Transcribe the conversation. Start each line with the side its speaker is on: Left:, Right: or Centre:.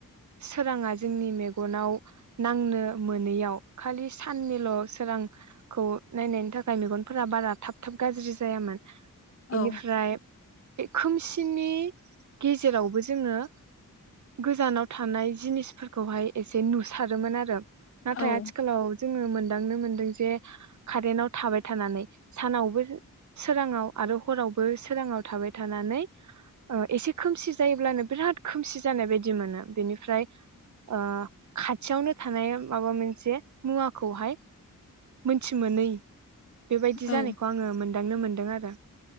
Right: सोराङा जोंनि मेग'नाव नांनो मोनैयाव खालि साननिल' सोरां। खौ नायनायनि थाखाय मेग'नफोरा बारा थाब थाब गाज्रि जायामोन। बेनिफ्राय
Left: औ
Right: खोमसिनि गेजेरावबो जोङो गोजानाव थानाय जिनिसफोरखौहाय एसे नुसारोमोन आरो। नाथाय
Left: औ
Right: आथिखालाव जोङो मोनदांनो मोनदों जे कारेन्टाव थाबाय थानानै सानावबो सोराङाव आरो हरावबो सोराङाव थाबाय थानानै ओ एसे खोमसि जायोब्लानो बिराद खोमसि जानाय बायदि मोनो बेनिफ्राय ओ खाथियावनो थानाय माबा मोनसे मुवाखौहाय मोनथि मोनै बेबायदि
Left: औ
Right: जानायखौ आङो मोन हमदांनो मोन्दों आरो।